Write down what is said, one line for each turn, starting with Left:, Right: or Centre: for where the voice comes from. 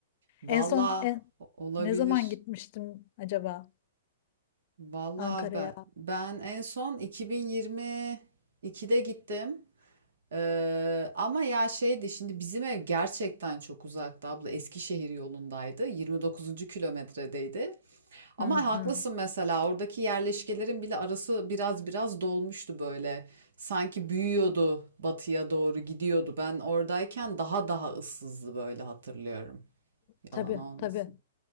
Right: Valla
Left: En son en,
Right: olabilir.
Left: ne zaman gitmiştim acaba
Right: Valla
Left: Ankara'ya?
Right: ben ben en son 2022'de gittim. Ee, ama ya şeydi şimdi bizim ev gerçekten çok uzakta abla Eskişehir yolundaydı 29. kilometredeydi ama
Left: Hı hı.
Right: haklısın mesela oradaki yerleşkelerin bile arası biraz biraz dolmuştu böyle sanki büyüyordu batıya doğru gidiyordu ben oradayken daha daha ıssızdı böyle hatırlıyorum
Left: Tabii
Right: yalan olmasın
Left: tabii.